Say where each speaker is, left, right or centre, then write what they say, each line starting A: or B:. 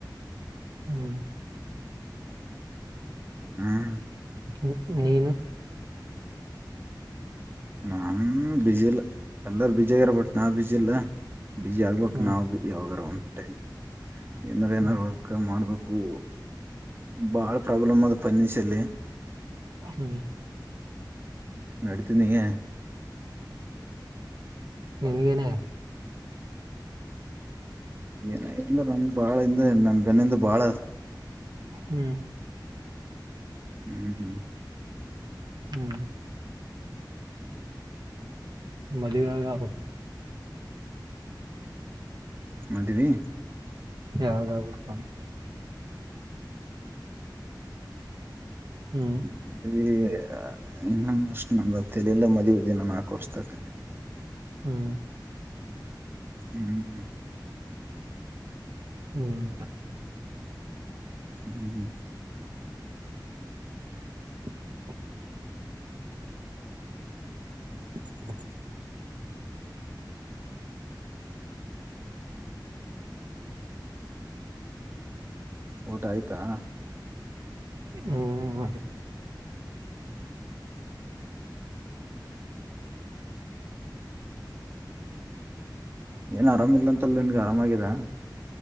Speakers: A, on the right (about 65°); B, on the right (about 30°).
A: ಹ್ಮ್
B: ಹ್ಮ್
A: ಹು ನೀನು
B: ನಾನ್ ಬಿಜಿ ಇಲ್ಲ ಎಲ್ಲಾರು ಬಿಜಿ ಆಗ್ಯಾರ ಬಟ್ ನಾ ಬಿಜಿ ಇಲ್ಲ ಬಿಜಿ ಆಗ್ಬೇಕು
A: ಹ್ಮ್
B: ನಾವು ಯಾವಾಗಾರ ಒಂದು ಟೈಮ್ ಏನಾರ ಏನಾರ
A: ಹ್ಮ್
B: ವರ್ಕ್ ಮಾಡ್ಬೇಕು ಬಾಳ ಪ್ರಾಬ್ಲಮ್ ಅದ ಫೈನಾನ್ಷಿಯಲ್ಲಿ
A: ಹ್ಮ್
B: ನಡೀತನಿಯ
A: ನಿನ್ಗೆನೆ
B: ನಂದ್ರ ನನ್ ಬಾಳಿಂದ ನನ್ ಬೆನ್ನಿಂದ ಬಾಳ
A: ಹ್ಮ್
B: ಹ್ಮ್-ಹ್ಮ್
A: ಹ್ಮ್ ಮದಿವೆ ಆಲ್ಲಬ
B: ಮದಿವಿ
A: ಯಾವಾಗಾಬಕು ಅನ್ ಹ್ಮ್
B: ಹ್ಮ ಅಲ್ಲಿ ಇನ್ನು ಅಷ್ಟ್ ನಮ್ದ ತಲಿಲ್ಲ ಮದುವಿದಿನ್ನು ನಾಕ್ ವರ್ಷದಾಗ್.
A: ಹ್ಮ್
B: ಹ್ಮ್-ಹ್ಮ್
A: ಹ್ಮ್
B: ಹ್ಮ್
A: <unintelligible> <inaudible>
B: ಊಟ ಆಯ್ತಾ?
A: ಹ್ಮ ಅದೇ
B: ಏನ್ ಆರಾಮಿಲ್ಲ ಅಂತಲ್ ನಿನ್ಗ ಆರಾಮಾಗಿದ.